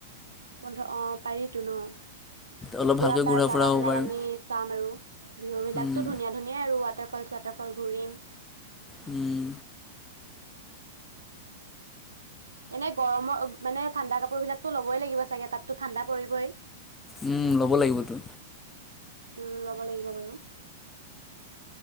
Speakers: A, on the right; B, on the left.
A: পোন্ধৰ অঁ পাৰি জুনত
B: অলপ
A: পুৰা
B: ভালকৈ
A: তাৰ
B: ঘূৰা ফুৰা
A: জাগা
B: হ'ব
A: বিলাক
B: পাৰিম
A: আমি চাম আৰু বিহু বিলাকতো
B: উম
A: ধুনীয়া ধুনীয়া আৰু ৱাটাৰ ফল ৱাটাৰ ফল ঘূৰিম।
B: উম।
A: এনেই গৰমৰ মানে ঠাণ্ডা কাপোৰ বিলাকতো ল'বই লাগিব চাগে, তাততো ঠাণ্ডা পৰিবই।
B: উম ল'ব লাগিবতো।
A: উম লব লাগিব বাৰু